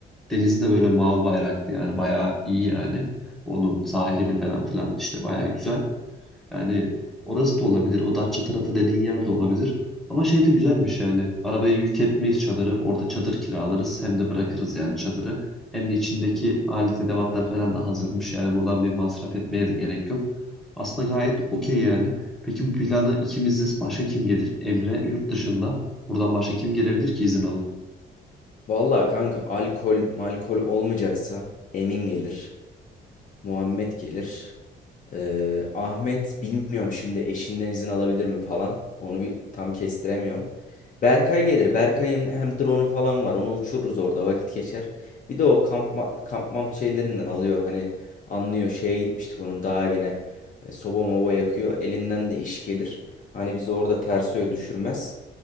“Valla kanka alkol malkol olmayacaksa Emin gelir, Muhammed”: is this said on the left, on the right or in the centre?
Left